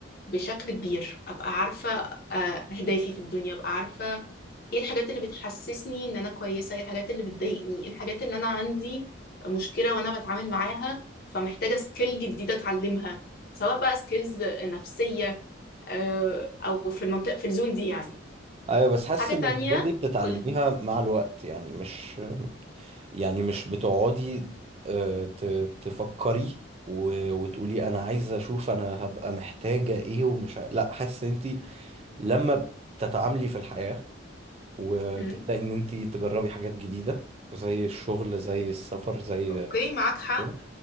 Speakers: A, on the left; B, on the right.
A: بشكل كبير أبقى عارفة آه، أهدافي في الدنيا أبقى عارفة ايه الحاجات اللي بتحسسني ان انا كويسه ايه الحاجات اللي بتضايقني ايه الحاجات اللي انا عندي مشكله وانا بتعامل معاها فمحتاجه سكيل جديده اتعلمها سواء بقى سكيلز نفسيه آه، او في المنطقه في الزون دي يعني
B: ايوه بس حاسس
A: حاجه
B: ان
A: تانية
B: الحاجات دي بتتعلميها
A: قولي
B: مع الوقت يعني مش يعني مش بتقعدي أه ت- تفكري و- وتقولي انا عايزه اشوف انا هبقى محتاجه ايه ومش ع... لا حاسس ان انت لما بتتعاملي في الحياه وتبدأي
A: مم.
B: إن أنت تجربي حاجات جديدة زي الشغل زي السفر زي
A: اوكي
B: حاجات
A: معاك حق
B: كده.